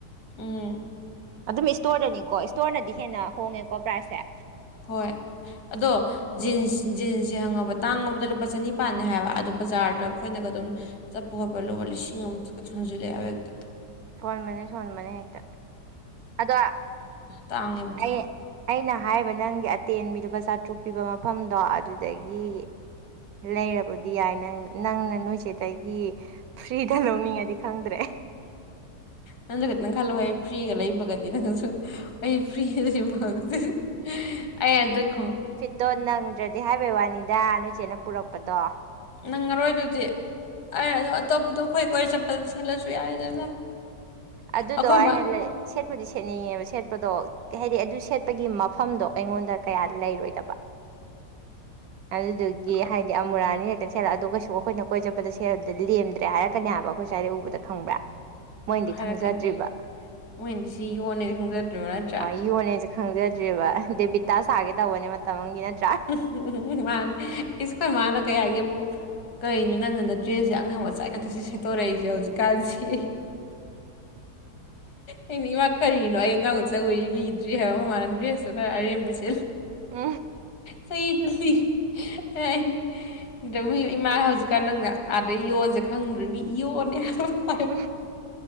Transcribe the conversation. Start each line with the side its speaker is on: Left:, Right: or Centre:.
Left: ꯎꯝ
Right: ꯑꯗꯨꯝ ꯏꯁꯇꯣꯔꯗꯅꯤꯀꯣ ꯏꯁꯇꯣꯔꯅꯗꯤ ꯍꯦꯟꯅ ꯍꯣꯡꯉꯦꯀꯣ ꯄ꯭ꯔꯥꯏꯁꯁꯦ
Left: ꯍꯣꯏ ꯑꯗꯣ ꯖꯤꯟꯁ ꯖꯤꯟꯁꯁꯦ ꯈꯪꯉꯕ ꯇꯥꯡꯉꯕꯗ ꯂꯨꯄꯥ ꯆꯅꯤꯄꯥꯥꯟꯅꯤ ꯍꯥꯏꯕ ꯑꯗꯣ ꯕꯖꯥꯔꯗ ꯑꯩꯈꯣꯏꯅꯒ ꯑꯗꯨꯝ ꯆꯠꯄ ꯈꯣꯠꯄ ꯂꯨꯕ ꯂꯤꯁꯤꯡ ꯑꯃ ꯁꯠꯀ ꯁꯣꯟꯖꯤꯜꯂꯛꯑꯦꯕ ꯍꯦꯛꯇ
Right: ꯁꯣꯟꯕꯅꯦ ꯁꯣꯟꯕꯅꯦ ꯍꯦꯛꯇ ꯑꯗꯣ
Left: ꯇꯥꯡꯉꯦꯕ ꯑꯗꯨꯗꯣ
Right: ꯑꯩ ꯑꯩꯅ ꯍꯥꯏꯕ ꯅꯪꯒꯤ ꯑꯇꯦꯟꯕꯤ ꯂꯨꯄꯥ ꯆꯥꯇ꯭ꯔꯨꯛ ꯄꯤꯕ ꯃꯐꯝꯗꯣ ꯑꯗꯨꯗꯒꯤ ꯂꯩꯔꯕꯨꯗꯤ ꯌꯥꯏ ꯅꯪ ꯅꯪꯅ ꯅꯣꯏꯆꯦꯗꯒꯤ ꯐ꯭ꯔꯤꯗ ꯂꯧꯅꯤꯡꯉꯗꯤ ꯈꯪꯗ꯭ꯔꯦ
Left: ꯅꯪꯖꯨ ꯈꯤꯇꯪ ꯈꯜꯂꯨꯍꯦ ꯐ꯭ꯔꯤꯒ ꯂꯩꯕꯒꯗꯤ ꯅꯪꯖꯨ ꯑꯩ ꯐ꯭ꯔꯤꯗꯗꯤ ꯐꯪꯗꯦ ꯑꯩ ꯑꯗꯨꯏ ꯈꯣꯡ
Right: ꯇꯣ ꯅꯪꯗ꯭ꯔꯗꯤ ꯍꯥꯏꯕꯩ ꯋꯥꯅꯤꯗ ꯅꯣꯏꯆꯦꯅ ꯄꯨꯔꯛꯄꯗꯣ
Left: ꯅꯪꯉꯔꯣꯏ ꯑꯗꯨꯗꯤ ꯑꯩ ꯑ ꯑꯇꯣꯞꯄꯗ ꯈꯣꯏ ꯀꯣꯏ ꯆꯠꯄꯗ ꯁꯦꯠꯂꯁꯨ ꯌꯥꯏꯗꯅ
Right: ꯑꯗꯨꯗꯣ
Left: ꯑꯩꯈꯣꯏ
Right: ꯑꯩꯅ
Left: ꯃꯥ
Right: ꯂꯩ ꯁꯦꯠꯄꯨꯗꯤ ꯁꯦꯠꯅꯤꯡꯉꯦꯕ ꯁꯦꯠꯄꯗꯣ ꯍꯥꯏꯗꯤ ꯑꯗꯨ ꯁꯦꯠꯄꯒꯤ ꯃꯐꯝꯗꯣ ꯑꯩꯉꯣꯟꯗ ꯀꯌꯥ ꯂꯩꯔꯣꯏꯗꯕ ꯑꯗꯨꯗꯨꯒꯤ
Left: ꯑꯩꯈꯣꯏ
Right: ꯍꯥꯏꯗꯤ ꯑꯃꯨꯔꯛ ꯑꯅꯤꯔꯛ ꯁꯦꯂ ꯑꯗꯨ ꯀꯩꯁꯨ ꯑꯈꯣꯏꯅ ꯀꯣꯏ ꯆꯠꯄꯗ ꯁꯦꯜꯗ ꯂꯦꯝꯗ꯭ꯔꯦ ꯍꯥꯏꯔꯛꯀꯅꯦ ꯍꯥꯏꯕ ꯑꯈꯣꯏ ꯁ꯭ꯋꯥꯏꯗ ꯎꯕꯗ ꯈꯪꯕ꯭ꯔꯥ ꯃꯣꯏꯅꯗꯤ
Left: ꯍꯥꯏꯔꯛꯀꯅꯤ
Right: ꯈꯪꯖꯗ꯭ꯔꯤꯕ
Left: ꯃꯣꯏꯅ ꯁꯤ ꯌꯣꯅꯦ ꯈꯪꯖꯗ꯭ꯔꯤꯕ ꯅꯠꯇ꯭ꯔꯥ
Right: ꯏꯌꯣꯟꯅꯦꯁꯦ ꯈꯪꯖꯗ꯭ꯦꯕ ꯗꯦꯕꯤꯇꯥ ꯁꯥꯒꯦ ꯇꯧꯕꯅꯦ ꯃꯇꯝꯒꯤ ꯅꯠꯇ꯭ꯔꯥ
Left: ꯎꯝ ꯃꯥꯅꯦ ꯏꯁꯨ ꯀꯣꯏ ꯃꯥꯅ ꯀꯩ ꯍꯥꯏꯒꯦꯕꯨ ꯀꯩꯅꯣ ꯅꯪꯅ ꯗ꯭ꯔꯦꯁꯦ ꯑꯉꯥꯡ ꯃꯆꯥꯥꯛ ꯉꯥꯛꯇ ꯁꯤ ꯁꯦꯠꯇꯣꯔꯛꯏꯁꯦ ꯍꯧꯖꯤꯛ ꯀꯥꯁꯤ ꯑꯩꯅ ꯏꯃꯥ ꯀꯔꯤꯅꯣ ꯑꯩ ꯑꯉꯥꯡꯆ ꯆꯛ ꯎ ꯂꯤꯗ꯭ꯔꯤ ꯍꯥꯏꯕ ꯑꯃ ꯃꯥꯟꯅꯗ꯭ꯔꯦ ꯁꯣ ꯈꯔ ꯑꯔꯦꯝꯕꯁꯦ
Right: ꯎ
Left: ꯁꯩ ꯆꯜꯂꯤ ꯑꯦꯅꯤ ꯑ ꯃꯤ ꯏꯃꯥ ꯍꯧꯖꯤꯛꯀꯥꯟ ꯅꯪꯅ ꯑꯥꯗꯩ ꯌꯣꯁꯦ ꯈꯪꯗ꯭ꯔꯔꯤ ꯃꯤ ꯏꯣꯅꯦ ꯍꯥꯏ
Right: ꯎ